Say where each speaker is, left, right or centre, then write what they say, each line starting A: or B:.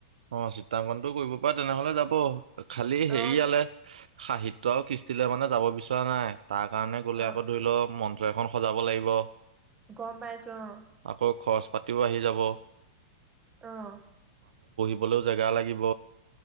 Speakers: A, on the right; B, on the right.
A: অহ, চিত্ৰাংকনটো কৰিব পায় তেনেহলে যাব। খালি হেৰিয়ালে
B: অ
A: সাহিত্য আৰু কৃষ্ঠিলে মানে যাব বিচৰা নাই। তাৰ কাৰণে গ'লে
B: অ
A: আকৌ ধৰি ল'মন এখন সজাব লাগিব।
B: গম পাইছো অ
A: আকৌ খৰচ- পাতিও আহি যাব।
B: অহ
A: বলেও জেগা লাগিব।